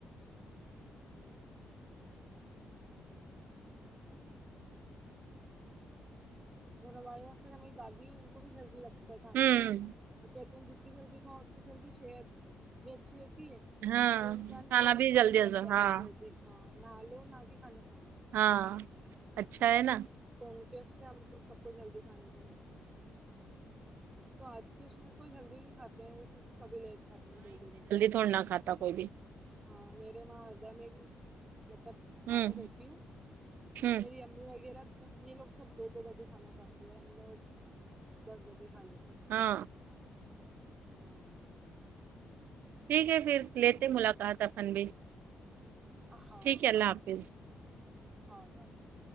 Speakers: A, on the right; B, on the right.
A: ہوں اور ہمارے وہاں پھر ہماری دادی ان کو بھی جلدی لگتا ہے کھانا
B: ہوں
A: وہ کہتے ہیں جتنی جلدی کھاؤ اتنی جلدی صحت بھی اچھی رہتی ہے
B: ہاں
A: اور انسان
B: کھانا
A: فریش
B: بھی
A: فیل
B: جلدی
A: کرتا
B: ہضم ہاں
A: ہے جلدی ہاں نہا لو نہ کے کھانا کھا لو
B: ہاں اچھا ہے نا
A: تو ان کے اس سے ہم کو سب کو جلدی کھانے کو مل جائے تو آج کے اس میں کوئی جلدی نہیں کھاتے ہیں ویسے تو سبھی لیٹ کھاتے ہیں دو دو بجے
B: تھوڑاے نہ کھاتا کوئی بھی
A: ہاں میرے وہاں ہردا میں بھی مطلب دھیان
B: ہوں
A: میں رہتی ہوں
B: ہوں
A: میری ممی وغیرہ یہ لوگ سب دو دو بجے کھانا کھاتے اور ہم لوگ دس بجے کھا لیتے ہمم
B: ہاں
A: ہاں
B: ٹھیک ہے پھر لیتے
A: ایسا
B: ملاقات اپن بھی
A: ہاں
B: ٹھیک ہے اللہ حافظ
A: اں لظ